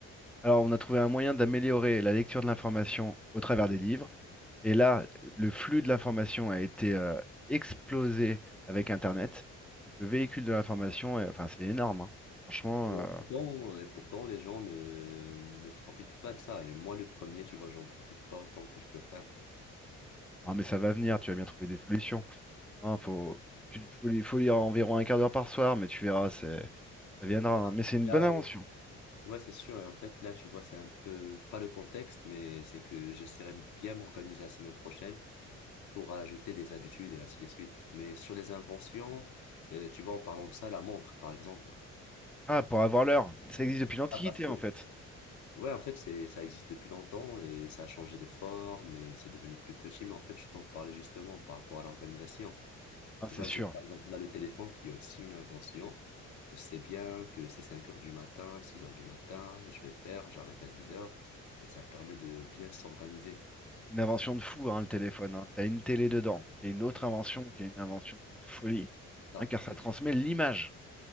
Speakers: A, in the centre; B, on the left.
A: Alors, on a trouvé un moyen d'améliorer la lecture de l'information au travers des livres. Et là, le flux de l'information a été euh, explosé avec Internet. Donc, le véhicule de l'information, est- enfin, c'est énorme. hein. Franchement,
B: Et
A: euh,
B: pourtant, et pourtant, les gens ne, ne profitent pas de ça. Et moi, le premier, tu vois, j'en profite pas autant que je peux faire.
A: ah, mais ça va venir, tu vas bien trouver des solutions. Hein, faut, tu- faut, li- faut lire environ un quart d'heure par soir, mais tu verras, c'est- ça viendra. hein.
B: Ah,
A: Mais c'est une
B: Là,
A: bonne invention.
B: ouais, Ouais, c'est sûr. Et en fait, là, tu vois, c'est un peu pas le contexte, mais c'est que j'essaierai de bien m'organiser la semaine prochaine pour ajouter des habitudes et ainsi de suite. Mais sur les inventions, euh, tu vois, en parlant de ça, la montre, par exemple.
A: Ah, pour avoir l'heure. Ça existe depuis l'Antiquité,
B: Ah, parce
A: en
B: que...
A: fait.
B: Ouais, en fait, c'est, ça existe depuis longtemps et ça a changé de forme et c'est devenu plus petit. Mais en fait, je t'en parlais justement par rapport à l'organisation.
A: Ah,
B: Tu
A: c'est
B: vois,
A: sûr.
B: j'ai par exemple là le téléphone qui est aussi une invention. Je sais bien que c'est 5 heures du matin, 6 heures du matin, je vais faire, j'arrête à 10 heures et ça permet de bien s'organiser.
A: Une invention de fou, hein, le téléphone. hein. T'as une télé dedans, qui est une autre invention, qui est une invention de folie,
B: Ça,
A: hein, car ça
B: ex-
A: transmet l'image